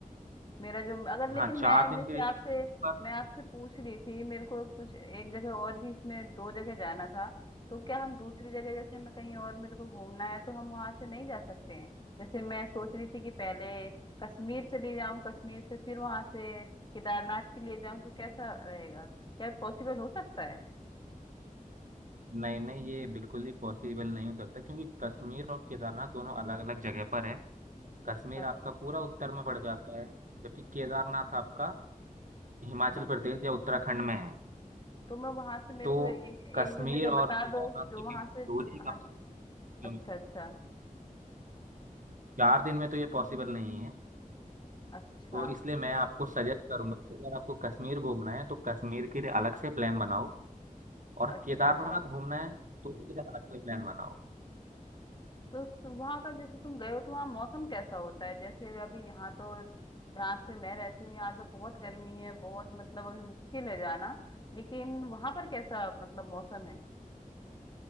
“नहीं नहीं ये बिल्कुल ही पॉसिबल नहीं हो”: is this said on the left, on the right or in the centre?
Right